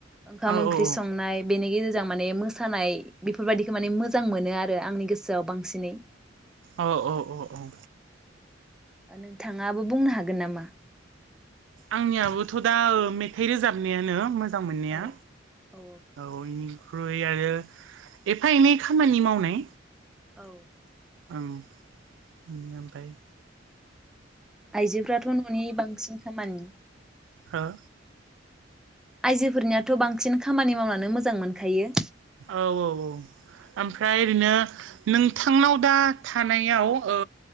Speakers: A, in the centre; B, on the right (about 70°).
A: ओंखाम
B: औ
A: ओंख्रि
B: औ
A: संनाय बेनि गेजेरजों माने मोसानाय बेफोरबायदिखौ माने मोजां मोनो आरो आंनि गोसोआव बांसिनै।
B: अ' अ' अ' औ उम।
A: ओ नोंथाङाबो बुंनो हागोन नामा?
B: आंनियाबोथ' दा ओ मेथाइ रोजाबनायानो मो जां मोननाया।
A: औ औ
B: आगैनि ख्रुइ आरो एफा एनै खामानि मावनाय
A: औ।
B: उम उम आमफाय
A: आइजोफ्राथ' न'नि बांसिन खामानि।
B: हो
A: आइजोफोरनियाथ' बांसिन खामानि मावनानो मोजां मोनखायो।
B: औ औ औ। आमफ्राय ओरैनो नोंथांनाव दा थानायाव ओ